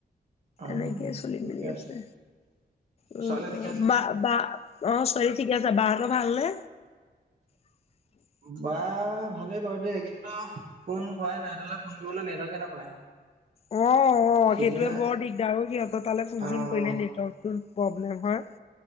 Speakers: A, on the right; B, on the left.
A: আহ
B: এনেকেই চলি
A: ঠিকে
B: মেলি আছে। উম,
A: ছোৱালী ঠিকে আছে
B: বা -বা অহ চৰি ছোৱালী ঠিকে আছে, বা হঁতৰ ভালনে? <inaudible>
A: বা ভালেই বাৰু দেই কিন্তু ফোন কৰাই নাই এইডালে ফোন কৰিবলৈ নেটৱৰ্কে নাপায়।
B: অ', - অ ',
A: সিদিনা
B: সেইটোৱে বৰ দিগদাৰ সিহঁতৰ তালে ফোন
A: অ
B: চোন কৰিলে নেটৱৰ্কটো প্ৰব্লেম হয়।